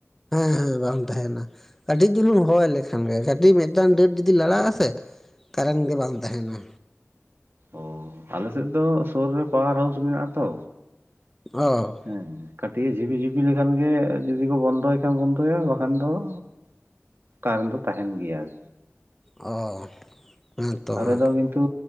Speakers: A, in the centre; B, on the right (about 55°).
A: ᱦᱮᱸ ᱦᱮᱸ ᱵᱟᱝ ᱛᱟᱸᱦᱮᱱᱟ ᱠᱟᱹᱴᱤᱡ ᱪᱩᱞᱩᱝ ᱦᱚᱭ ᱞᱮᱠᱷᱟᱱ ᱜᱮ ᱠᱟ ᱴᱤᱡ ᱢᱤᱫᱴᱟᱝ ᱰᱟᱹᱨ ᱡᱩᱫᱤ ᱞᱟᱲᱟᱜ-ᱟ ᱥᱮ ᱠᱟᱨᱮᱱ ᱜᱮ ᱵᱟᱝ ᱛᱟᱦᱮᱱᱟ᱾
B: ᱚᱻ ᱟᱞᱮᱥᱮᱫ ᱫᱚ ᱥᱩᱨ ᱨᱮ ᱯᱟᱣᱟᱨ ᱦᱟᱣᱩᱥ ᱢᱮᱱᱟᱜᱼᱟ ᱛᱚ᱾
A: ᱚ
B: ᱦᱮᱸ ᱠᱟᱹᱴᱤᱡ ᱮ ᱡᱷᱤᱵᱤ ᱡᱷᱤᱵᱤ ᱞᱮᱠᱷᱟᱱ ᱜᱮ ᱡᱩᱫᱤ ᱠᱚ ᱵᱚᱱᱫᱚᱭ ᱠᱷᱟᱱ ᱵᱚᱱᱫᱚᱭᱟ ᱵᱟᱠᱷᱟᱱ ᱫᱚ ᱚ ᱠᱟᱨᱮᱱ ᱫᱚ ᱛᱟᱦᱮᱱ ᱜᱮᱭᱟ ᱟᱨ
A: ᱚ ᱦᱮᱸᱛᱚ
B: ᱟᱞᱮ
A: ᱦᱮᱸ
B: ᱫᱚ ᱠᱤᱱᱛᱩ